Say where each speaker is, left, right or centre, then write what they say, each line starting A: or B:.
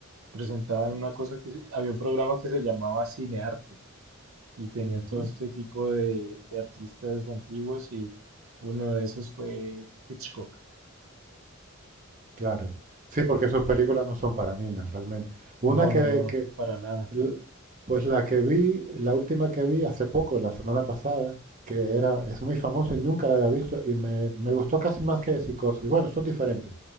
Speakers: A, on the right (about 70°); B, on the right (about 35°).
A: presentaban una cosa que se- había un programa que se llamaba Cinearte y tenían
B: Ujú,
A: todo este tipo de, de artistas antiguos y uno de esos fue Hitchcock.
B: Claro. Sí, porque sus películas no son para niños, realmente. Una
A: No,
B: que,
A: no, no,
B: que,
A: para nada.
B: l- pues la que vi, la última que vi hace poco, la semana pasada, que era, es muy famosa y nunca la había visto, y me, me gustó casi más que Psicosis. Bueno, son diferentes.